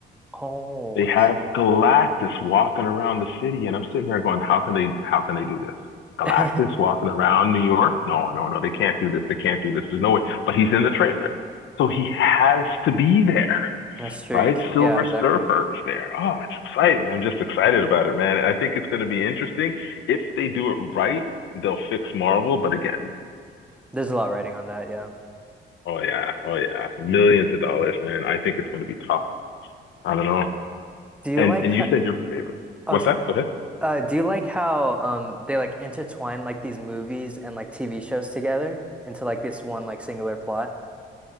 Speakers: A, in the centre; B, on the left.
A: Oh,
B: They
A: I
B: have
A: see.
B: Galactus walking around the city, and I'm sitting there going, "How can they? How can they do this? Galactus
A: <laughs>
B: walking around New York? No, no, no. They can't do this. They can't do this. There's no way." But he's in the trailer, so he has to be there,
A: That's true.
B: right?
A: You can,
B: Silver
A: yeah, exactly.
B: Surfer is there. Oh, it's exciting. I'm just excited about it, man. I think it's going to be interesting. If they do it right, they'll fix Marvel. But again,
A: There's a lot writing on that, yeah.
B: oh yeah, oh yeah, millions of dollars, man. I think it's going to be tough. I don't know.
A: Do you
B: And
A: like
B: and
A: how,
B: you said your favorite. What's
A: oh, sorry.
B: that? Go ahead.
A: Uh, do you like how um they like intertwine like these movies and like TV shows together into like this one like singular plot?